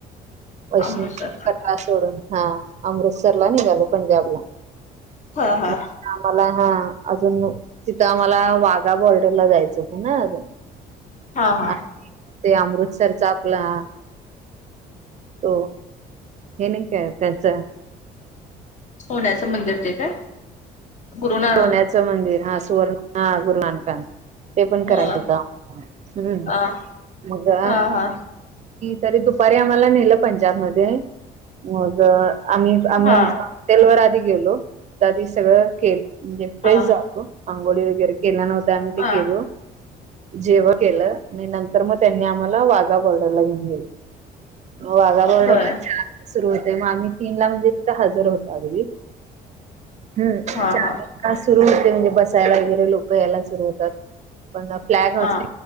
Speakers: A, on the right; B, on the left.
A: वैष्ण
B: अमृतसर
A: कटरा सोडून हा अमृतसर ला निघालो पंजाबला
B: हा हा
A: मग आम्हाला हा अजून तिथं आम्हाला वाघा बॉर्डरला जायचं हो हो ना अजून
B: हा हा
A: आणि ते अमृतसरच आपलं त हे नाही काय त्यांच
B: सोण्याचं मंदिर ते काय पुरुना
A: सोन्याचं मंदिर हा सुवर्ण हा गुरलानकाां ते पण करायचं
B: ह
A: होतं हम्
B: हा
A: मग
B: हा हा
A: तरी दुपारी आम्हाला नेलं पंजाब मध्ये मग आम्ही आम्ही
B: हा
A: आमच्या हॉटेलवरर आधी गेलो तर आधी सगळं केल म्हणजे फ्रेश
B: हा
A: जातो पांगोळी वगैरे केल्या नव्हत्या आम्ही ते
B: हा
A: केलो जेवण केलं आणि नंतर मग त्यांनी आम्हाला वाघा बॉर्डरला घेऊन गेले ह मग वाघा बर्ड
B: होय
A: सुरु होते मग आम्ही तीन ला म्हणजे तिथं हजर होतो अगदी हम्
B: हा
A: च
B: हा
A: सुरू होते म्हणजे बसायला वगैरे लोक यायला सुरू होतात प फ्लॅग हॉस्ट
B: हा